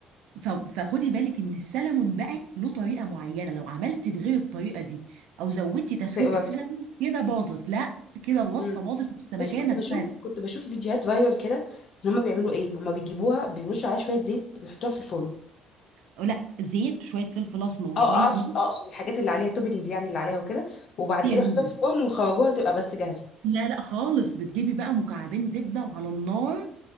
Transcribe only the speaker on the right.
ف- فخدي بالك ان السلمون بقى له طريقه معينه لو عملتي بغير الطريقه دي او زودتي تسويه
السلمون كده باظت لا كده الوصفه
باظت والسمكيه
نفسها
أو لا زيت شويه فلفل اسمر وشويه
ملح
يا
لولو
لا لا خالص بتجيبي بقى مكعبين زبده وعلى النار